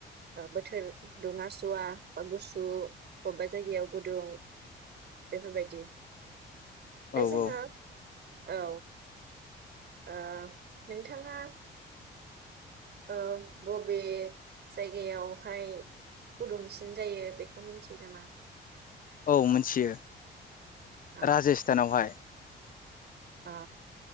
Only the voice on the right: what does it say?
बोथोर दुङा सुवा बा गुसु बबेबा जायगायाव गुदुं बेफोर बायदि ए
जोङो
औ ओ नोंथाङा ओ बबे जायगायावहाय गुदुंसिन जायो बेखौ मिथियो नामा
औ
औ